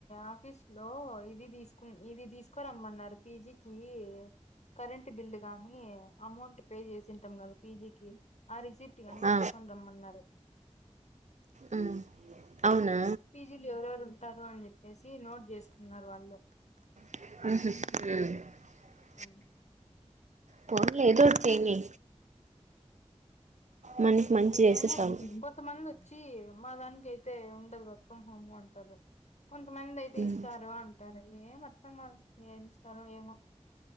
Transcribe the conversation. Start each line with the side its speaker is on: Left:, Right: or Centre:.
Left: ఆఫీస్ లో ఇది తీసుకు ఇది తీసుకోరమ్మన్నారు పీజి కీ ఈ ఏ కరెంట్ బిల్లు గాని అమౌంట్ పే చేసింటాం కదా పీజీకి ఆ రిసిప్ట్ అట్టిగా అని
Right: ఆ
Left: తీసుకొని రమ్మన్నారు
Right: ఆ అవునా
Left: పీజీలు ఎవరెవరు ఉంటారు అని చెప్పేసి నోట్ చేసుకున్నారు వాళ్ళు
Right: <unintelligible>
Left: అవును
Right: పోన్లే ఏదో ఒటి చేయని మనకి మంచి చేస్తే
Left: ఏమో
Right: చాలు
Left: కొంత మంది వచ్చి మా దానికి అయితే ఉండదు వర్క్ ఫ్రమ్ హోమ్ అంటారు. కొంతమంది అయితే
Right: ఉమ్
Left: ఇస్తారు అంట అంటారు ఏం అర్థం కాదు ఏమిస్తారు ఏమె